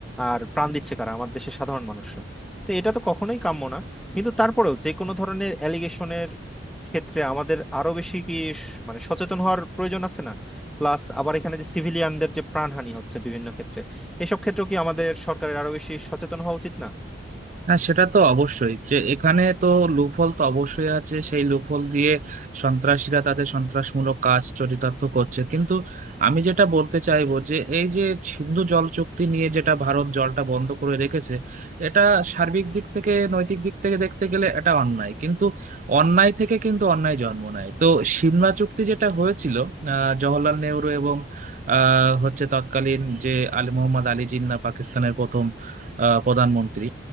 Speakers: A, in the centre; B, on the right.
A: আর প্রাণ দিচ্ছে কারা আমার দেশের সাধারণ মানুষরা তো এটা তো কখনোই কাম্য না কিন্তু তারপরেও যে কোনো ধরনের অ্যালিগেশনের ক্ষেত্রে আমাদের আরো বেশি কি স- মানে সচেতন হওয়ার প্রয়োজন আছে না প্লাস আবার এখানে যে সিভিলিয়ানদের যে প্রাণহানি হচ্ছে বিভিন্ন ক্ষেত্রে এসব ক্ষেত্রেও কি আমাদের সরকারের আরো বেশি সচেতন হওয়া উচিত না
B: হ্যাঁ সেটা তো অবশ্যই যে এখানে তো লুপহোল তো অবশ্যই আছে সেই লুপহোল দিয়ে সন্ত্রাসীরা তাদের সন্ত্রাসমূলক কাজ চরিতার্থ করছে কিন্তু আমি যেটা বলতে চাইবো যে এই যে সিন্ধু জল চুক্তি নিয়ে যেটা ভারত জলটা বন্ধ করে রেখেছে এটা সার্বিক দিক থেকে নৈতিক দিক থেকে দেখতে গেলে এটা অন্যায় কিন্তু অন্যায় থেকে কিন্তু অন্যায় জন্ম নেয় তো সিমলা চুক্তি যেটা হয়েছিল আহ জওহরলাল নেহরু এবং আহ হচ্ছে তৎকালীন যে আলী মোহাম্মদ আলী জিন্নাহ পাকিস্তানের প্রথম আহ, প্রধানমন্ত্রী